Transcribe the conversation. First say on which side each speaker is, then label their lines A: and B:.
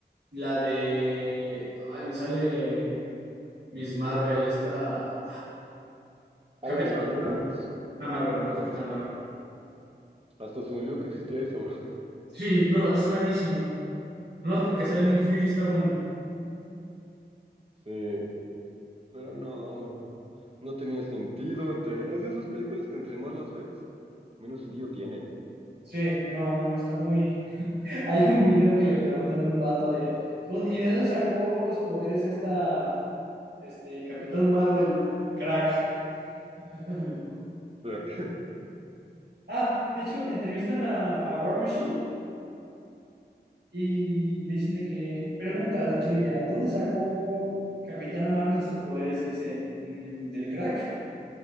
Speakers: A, on the right; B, on the right.
A: La de... Ay, me sale Miss Marvel, esta...
B: ¿A
A: Capitana
B: la de The Marvels?
A: Marvel, Capitana Marvel, no, Capitana Marvel.
B: Hasta se me olvidó que existía eso bro. <laughs>
A: Sí, no, es malísima. No es porque sale Nick Fury, está buena.
B: Sí, pero no, no tenía sentido entre... Es de esas películas que entre más las ves, menos sentido tienen.
A: Sí, no, no, no, está muy... <laughs> Hay un video que le preguntan a un vato de... "¿Dónde- ¿Y de dónde sacó los poderes esta... Este, Capitán Marvel? Crack. <laughs>
B: Crack.
A: Ah, de hecho, entrevistan a, a War Machine y le dicen de que, pregunta de trivia, ¿dónde sacó Capitana Marvel sus poderes? Y dice, "Mm, ¿del crack?